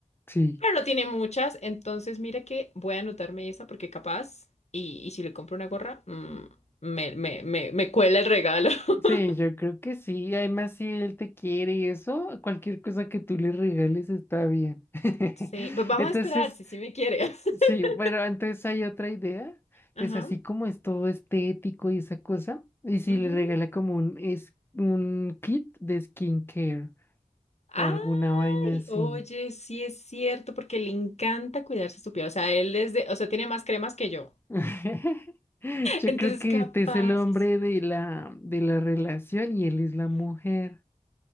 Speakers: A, on the left (about 15°); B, on the left (about 50°).
A: sí.
B: pero no tiene muchas, entonces mira que voy a anotarme esa porque capaz y, y si le compro una gorra, mm, me, me, me, me cuela el regalo. <laughs>
A: Sí, yo creo que sí. Además, si él te quiere y eso, cualquier cosa que tú le regales está bien. <laughs>
B: Sí, pues vamos
A: Entonces,
B: a esperar si sí me quiere. <laughs>
A: sí, bueno, entonces hay otra idea.
B: Ajá.
A: Pues así como es todo estético y esa cosa, y si
B: ujú.
A: le regala como un, es, un kit de skincare
B: Ay,
A: o alguna vaina así.
B: oye, sí es cierto, porque le encanta cuidarse su piel. O sea, él es de, o sea, tiene más cremas que yo.
A: <laughs> Yo
B: Entonces,
A: creo que
B: capaz,
A: este es el hombre
B: <laughs>
A: de la, de la relación y él es la mujer.